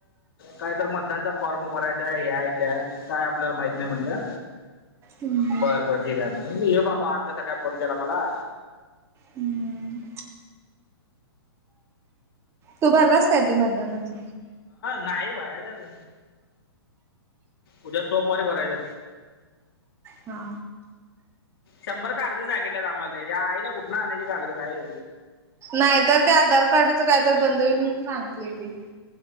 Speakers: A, on the left (about 60°); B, on the right (about 20°).
A: काहीत मतदानचा फॉर्म भरायचा हे आहे त्या काय आपल्याला माहित नाही म्हटलं
B: हम्म
A: बरं बर. ठीक आहे येऊ बाबा आज कसा काय फोन केला मला
B: हम्म. तो भरलास काय ते मतदानाच
A: नाही भरायचे अजून. उद्या सोमवारी भरायचं.
B: हा.
A: शंभर कागदं सांगितल्यात आम्हाला त्याच्या आईला कुठं आणाण्यायची कागदं काय?
B: नाहीतर ते आधार कार्डच काय तर बंद होईल म्हणून सांगितले की.